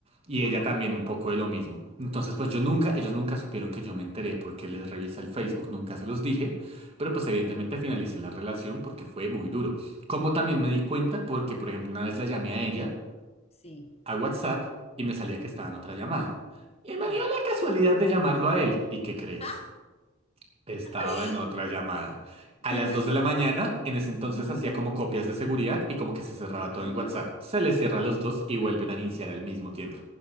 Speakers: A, on the right (about 30°); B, on the left (about 30°).
A: Y ella
B: Ay,
A: también un poco de lo mismo. Entonces pues yo nunca, ellos nunca supieron que yo me enteré porque les revisé el Facebook, nunca se los dije, pero pues evidentemente
B: ajá,
A: finalicé la relación porque fue muy duro. Como también me di cuenta porque, por ejemplo, una vez la llamé a ella
B: sí,
A: a WhatsApp y me salía que estaba en otra llamada. Y me
B: sí.
A: dio la casualidad de llamarlo a él. ¿Y qué crees?
B: <laughs>
A: Estaba
B: ¡ay!
A: en otra llamada. A
B: Pero
A: las 2
B: ellos,
A: de la mañana, en ese entonces
B: no,
A: hacía como copias de seguridad y como que se cerraba
B: Ajá.
A: todo en WhatsApp. Se le cierra
B: ajá,
A: a los dos y vuelven a iniciar al mismo tiempo.